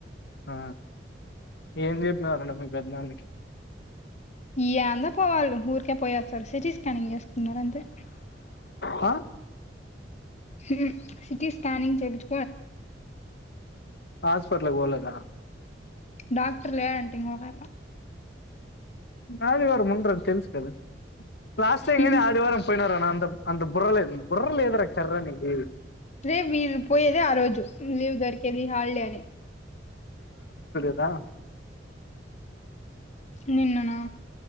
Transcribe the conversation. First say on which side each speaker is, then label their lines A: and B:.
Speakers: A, on the left; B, on the left.
A: ఆ ఏం చెప్పినావరా మీ పెద్దనాన్నకి.
B: ఇ అంత పోవాలు ఊరికే పోయస్తారు సిటీ స్కానింగ్ చేసుకున్నారు అంతే.
A: అ
B: మ్ సిటీ స్కనింగ్ చేపిచ్చు
A: హాస్పిటలకి బోలేదా.
B: డాక్టర్ లేడంటే ఈమె పోతే
A: ఆదివారం ఉండని తెలుసు కదా లాస్ట్
B: ఆయన
A: ఇ ఆదివారం పోయినార అందం. అంత బుర్రల్ద బుర్రలేదు రా కర్ర నీకు
B: రే మీరు పోయేది ఆ రోజు లీవ్ దొరికేది హాలిడే అని.
A: దా
B: నిన్ననా.